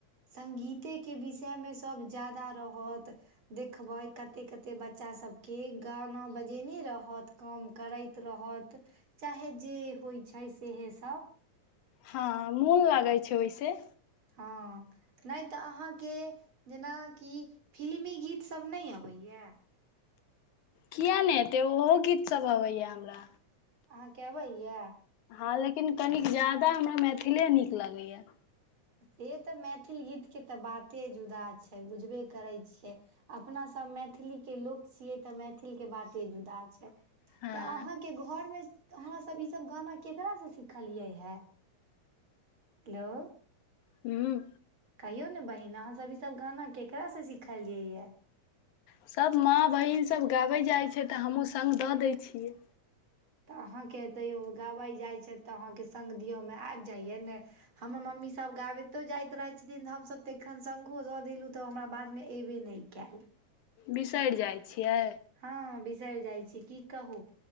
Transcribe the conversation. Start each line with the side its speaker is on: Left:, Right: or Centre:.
Right: संगगीते के विषय मे सभ ज्यादा रहत देखबै कते कते बच्चा सब के गाना बजेने रह होत काम करैत रहत चाहे जे होइ छै सेहे सभ
Left: हँ मोन लगै छै ओहिसँ
Right: हँ नय तऽ अहाँके जेनाकि फिल्मी गीत सभ नय अबैए
Left: किया नहि एते ओहो गीत सब अबैया हमरा
Right: अहाँ के अबैयए
Left: हँ लेकिन कनिक ज्यादा हमरा मैथिले नीक लगैये
Right: से त मैथिल गीत के त बाते जुदा छै बुझबे करै छियै अपना सभ मैथिली के लोक छियै त मैथिल के बाते जुदा छै तऽ
Left: हँ
Right: अहाँ के घर मे त अहाँ सब ईस गाना केकरा सँ सिखलियै हे हेलो
Left: हूँ
Right: कहियौ ने बहिन अहाँ सभ ई सभ गाना ककरासँ सिखलियै ये
Left: सभ माँ बहीन सभ गाबैत जाइत छै त हमहूँ संग द दैत छियै
Right: त अहाँके तैयो गाबैत जाइत छथि त अहाँ के संग दिओ मे आबि जाइए ने हमर मम्मी सब गाबैतो जाइत रहे छथिन त हम सभ तेखन संगो द देलु त हमरा बाद मे एबे ने कैल
Left: बिसरि जाइ छियै
Right: हँ बिसैर जाइ छीये की कहू